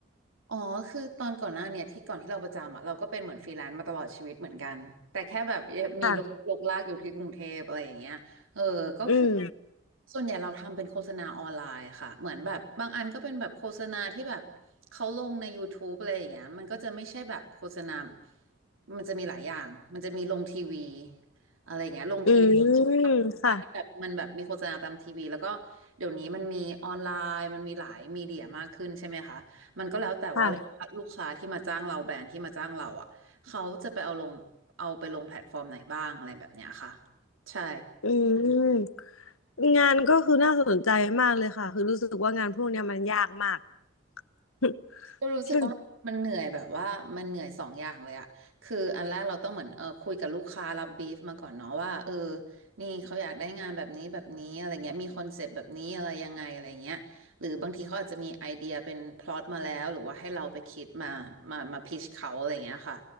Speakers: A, on the right; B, on the left.
A: อ๋อคือตอนก่อนหน้าเนี่ยที่ก่อนที่เราประจำอ่ะเราก็เป็นเหมือนฟรีแลนซ์มาตลอดชีวิตเหมือนกันแต่แค่แบบมีลกลกลากอยู่ที่กรุงเทพอะไรอย่างเงี้ยเออก็คือ
B: ค่ะ อืม
A: ส่วนใหญ่เราทำเป็นโฆษณาออนไลน์ค่ะเหมือนแบบบางอันก็เป็นแบบโฆษณาที่แบบเขาลงใน YouTube อะไรอย่างเงี้ยมันก็จะไม่ใช่แบบโฆษณามันจะมีหลายอย่างมันจะมีลงทีวีอะไรอย่างเงี้ยลงทีวี
B: อืม
A: ่
B: ค่ะ
A: ที่แบบมันแบบมีโฆษณาตามทีวีแล้วก็เดี๋ยวนี้มันมีออนไลน์มันมีหลายมีเดียมากขึ้นใช่ไหมคะ มันก็แล้วแต่ว่าเลยว่าลูกค้าที่มาจ้างเราแบรนด์ที่มาจ้างเราอ่ะเขาจะไปเอาลงเอาไปลงแพลตฟอร์มไหนบ้างอะไรแบบเนี้ยค่ะ
B: ค่ะ
A: ใช่
B: อืมงานก็คือน่าสนใจมากเลยค่ะ คือรู้สึกว่างานพวกเนี้ยมันยากมาก <laughs>
A: ก็รู้สึกว่ามันเหนื่อยแบบว่ามันเหนื่อยสองอย่างเลยอะคืออันแรกเราต้องเหมือนเออคุยกับลูกค้ารับบีฟมาก่อนเนาะว่าเออ
B: ใช่ไหม
A: นี่เขาอยากได้งานแบบนี้แบบนี้อะไรเงี้ยมีคอนเซปต์แบบนี้อะไรยังไงอะไรเงี้ยหรือบางทีเขาอาจจะมีไอเดียเป็นพล็อตมาแล้วหรือว่าให้เราไปคิดมามามาพิชเขาอะไรเงี้ยค่ะ